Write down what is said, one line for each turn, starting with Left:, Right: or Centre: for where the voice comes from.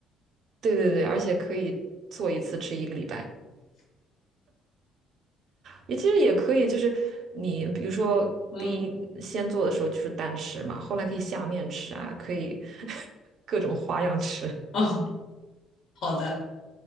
Right: <laughs> 对对对，而且可以做一次吃一个礼拜。也其实也可以，就是你比如说第一先做的时候就是单吃嘛，
Left: 嗯，
Right: 后来可以下面吃啊，可以 <laughs> 各种花样吃，
Left: 哦，好的。